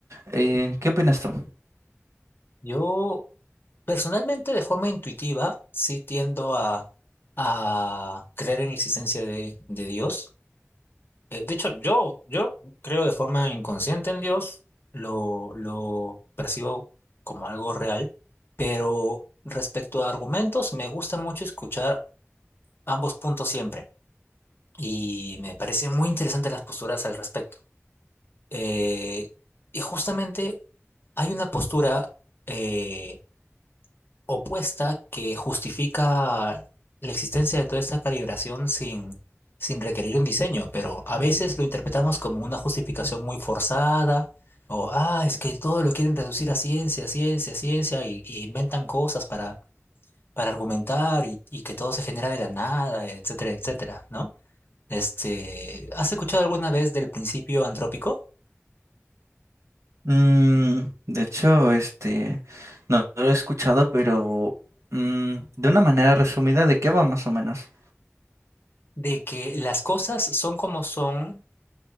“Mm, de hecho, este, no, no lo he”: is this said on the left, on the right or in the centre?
Right